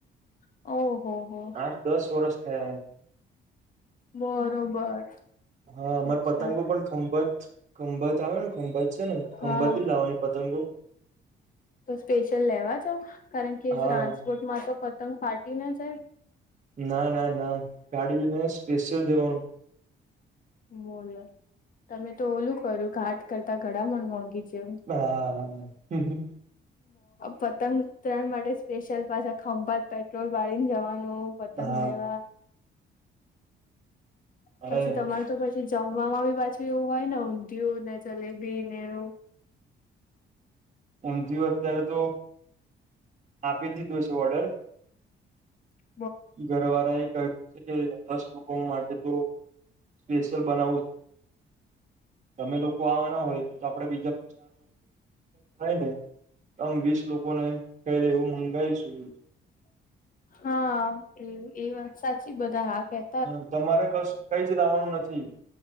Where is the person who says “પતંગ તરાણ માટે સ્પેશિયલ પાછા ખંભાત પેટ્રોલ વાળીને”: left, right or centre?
Left